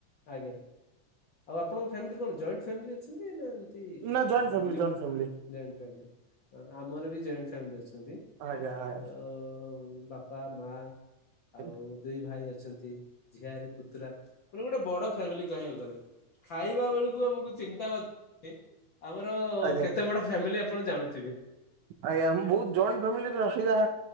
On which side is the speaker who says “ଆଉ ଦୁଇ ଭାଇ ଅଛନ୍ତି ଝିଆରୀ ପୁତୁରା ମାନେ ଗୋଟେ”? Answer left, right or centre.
Left